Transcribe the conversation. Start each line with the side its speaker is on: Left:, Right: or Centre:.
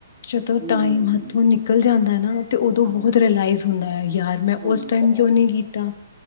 Left: ਜਦੋਂ
Right: ਹੂੰ
Left: ਟਾਈਮ ਹੱਥੋਂ ਨਿਕਲ ਜਾਂਦਾ ਏ ਨਾ ਤੇ ਓਦੋਂ
Right: ਹਾਂਜੀ
Left: ਬਹੁਤ ਰੀਲਾਈਸ ਯਾਰ ਮੈਂ
Right: ਹੁੰਦਾ।
Left: ਉਸ ਟਾਈਮ ਕਿਉਂ ਕੀਤਾ,